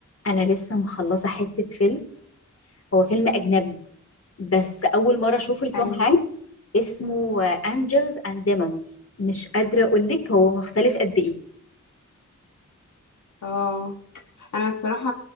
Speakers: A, on the left; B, on the left.
A: انا لسه مخلصه حته فيلم هو فيلم اجنبي بس اول مره اشوفه لتوم
B: ايوه
A: هانكس اسمه انجلز اند ديمونز مش قادره اقول لك هو مختلف قد ايه
B: اه انا الصراحه